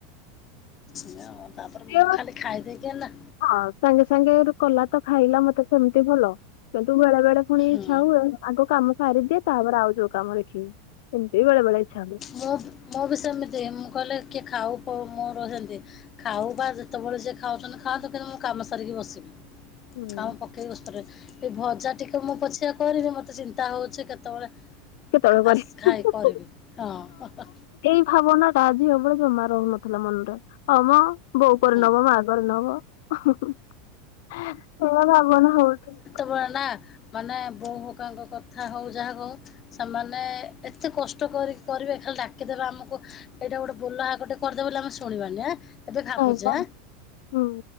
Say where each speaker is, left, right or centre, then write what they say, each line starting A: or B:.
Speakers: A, on the left; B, on the left.
A: ଏଇଆ ଆଉ ତାପରେ
B: ସେ
A: ମୁଁ ଖାଲି ଖାଇଦେଇକି ଅନା
B: ହଁ ସାଙ୍ଗେ ସାଙ୍ଗେ ହେଠୁ କଲା ତ ଖାଇଲା ମତେ ସେମିତି ଭଲ କିନ୍ତୁ ବେଳେ ବେଳେ ପୁଣି
A: ହୁଁ
B: ଇଛା ହୁଏ ଆଗ କାମ ସାରିଦିଏ ତାପରେ ଆଉ ଯୋଉ କାମ ଦେଖିବି ସେମତି ବି ବେଳେ ବେଳେ ଇଛା ହୁଏ।
A: ମୁଁ ମୁଁ ବି ସେମିତି ମୁଁ କହିଲେ କିଏ ଖାଉ ଖୋଉ ମୋର ହେନ୍ତି। ଖାଉ ବା ଯେତେବେଳେ ଯିଏ ଖାଉଚନ୍ତି ଖାଆନ୍ତୁ କିନ୍ତୁ ମୁଁ କାମ ସାରିକି ବସିବି
B: ହୁଁ
A: କାମ ପ ଏଇ ବସ୍ତ୍ରରେ ଏଇ ଭଜା ଟିକେ ମୁଁ ପଛିକା କରିବି ମତେ ଚିନ୍ତା ହଉଚି କେତେବେଳେ
B: କତେବେଳେ
A: ଆସ
B: କରିବି।
A: ଖାଇ କରିବି ହଁ।
B: ଏଇ ଭାବନା ଟା ଝିଅ ବେଳେ ଜମା ରହୁନଥିଲା ମନରେ ହଁ ମ ବୋଉ କରିନବ
A: ହଁ
B: ମା କରିନବ ମୋ ଭାବନା ବହୁତ ମୂର୍ଖ।
A: ଛୁଆ ନା ମାନେ ବୋଉ ହୋକାଙ୍କ କଥା ହଉ ଯାହା କହ ସେମାନେ ଏତେ କଷ୍ଟ କରି କରିବେ ଖାଲି ଡାକିଦେବେ ଆମକୁ ଏଇଟା ଗୋଟେ ବୋଲ ହାକ ଟେ କରିଦେ ବୋଲି ଆମେ ଶୁଣିବାନି ଏ ଏବେ ଭାବୁଚେ
B: ନାଇଁ ପା
A: ଏ
B: ହୁଁ।